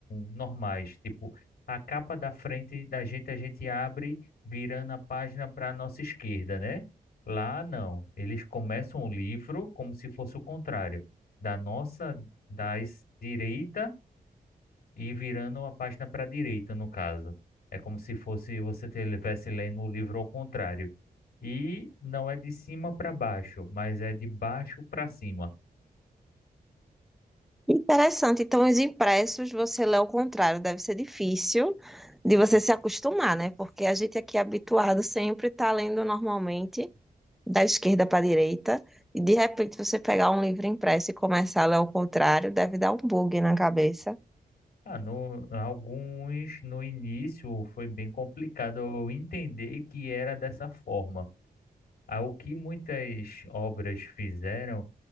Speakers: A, on the left; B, in the centre.
A: normais, tipo, a capa da frente da gente a gente abre virando a página para a nossa esquerda, né? Lá não, eles começam o livro como se fosse o contrário da nossa da es- direita e virando uma página para a direita, no caso. É como se fosse você estivesse lendo o livro ao contrário. E não é de cima para baixo, mas é de baixo para cima.
B: Interessante. Então, os impressos você lê ao contrário, deve ser difícil de você se acostumar, né? Porque a gente aqui é habituado sempre está lendo normalmente da esquerda para a direita, e de repente você pegar um livro impresso e começar a ler ao contrário, deve dar um bug na cabeça.
A: Ah, no, alguns no início foi bem complicado eu entender que era dessa forma. Ah, o que muitas obras fizeram